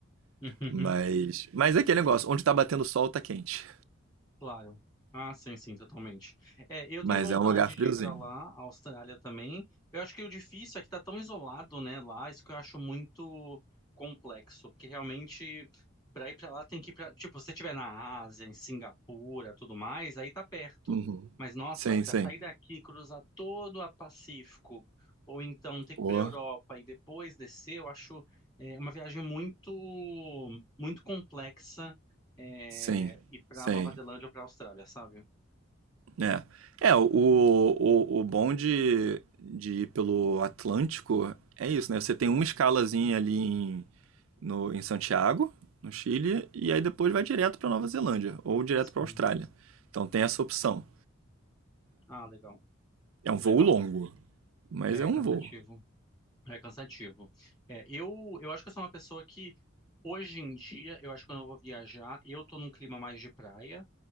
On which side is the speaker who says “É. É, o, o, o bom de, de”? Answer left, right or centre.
Right